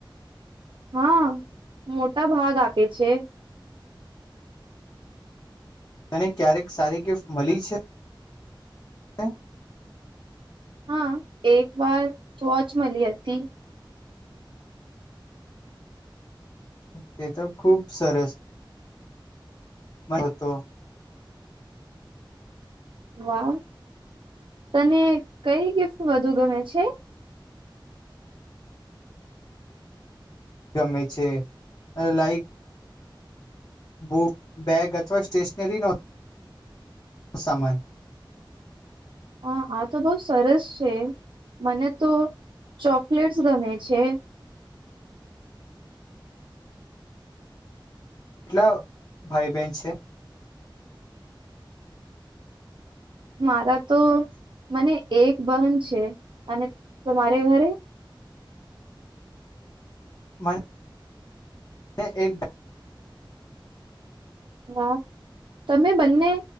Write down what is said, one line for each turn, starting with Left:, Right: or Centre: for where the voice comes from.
Right: હા, મોટા ભાગ આપે છે.
Left: તેને ક્યારેક સારી ગિફ્ટ મળી છે. હા.
Right: હા, એક વાર ટોચ મળી હતી.
Left: તે તો ખૂબ સરસ. તો
Right: વાહ, તને કઈ ગિફ્ટ વધુ ગમે છે?
Left: ગમે છે અને લાઈક. બુક બેગ અથવા સ્ટેશનરીનો સામાન.
Right: હા, આ તો બહુ સરસ છે. મને તો ચોકલેટ્સ ગમે છે.
Left: કેટલા ભાઈ બહેન છે?
Right: મારા તો મને એક બહન છે, અને તમારે ઘરે
Left: મને મે એક.
Right: હા, તમે બંને